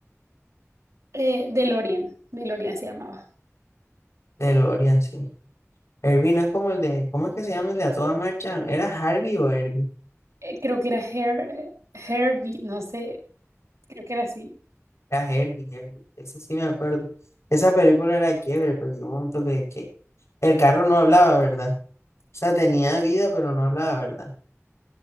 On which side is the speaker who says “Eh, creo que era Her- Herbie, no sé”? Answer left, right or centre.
Right